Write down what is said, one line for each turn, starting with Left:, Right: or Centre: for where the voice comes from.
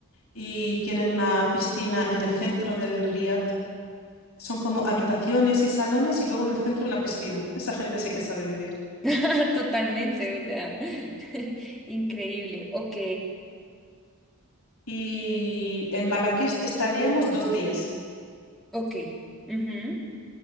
Left: y tienen una piscina en el centro del riad. Son como habitaciones y salones y luego en el centro una piscina. Esa gente sí que sabe vivir.
Centre: <laughs> Totalmente, o sea, <laughs> increíble. Ok,
Left: Y en Marrakech estaríamos dos días.
Centre: ok. ujú.